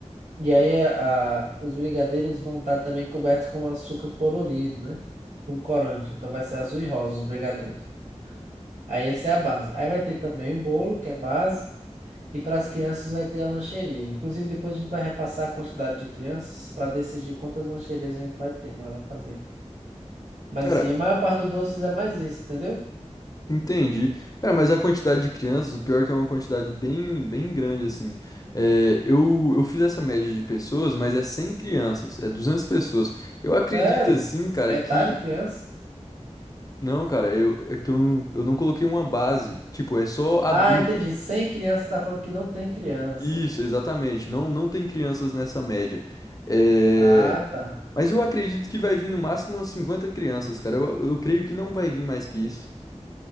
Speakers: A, on the right; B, on the left.
A: E aí eh, a, os brigadeiros vão estar também cobertos com açúcar colorido, né? Com corante. Então vai ser azul e rosa os brigadeiros. Aí essa é a base. Aí vai ter também o bolo, que é base. E para as crianças vai ter a lancheria. Inclusive depois a gente vai repassar a quantidade de crianças para decidir quantas lancherias a gente vai ter lá, vai fazer. Mas
B: Cara,
A: assim, a maior parte dos doces é mais isso, entendeu?
B: Entendi. Cara, mas a quantidade de crianças, o pior é que é uma quantidade bem, bem grande, assim. É, eu, eu fiz essa média de pessoas, mas é 100 crianças, é 200 pessoas. Eu acredito,
A: Sério,
B: assim, cara,
A: metade
B: que...
A: criança.
B: Não, cara, eu, é que eu, não- eu não coloquei uma base. Tipo, é só adultos.
A: Ah, entendi. Sem criança, você tá falando que não tem criança.
B: Isso, exatamente. Não, não tem crianças nessa média. É...
A: Ah, tá.
B: Mas eu acredito que vai vir no máximo umas 50 crianças, cara. Eu, eu creio que não vai vir mais que isso.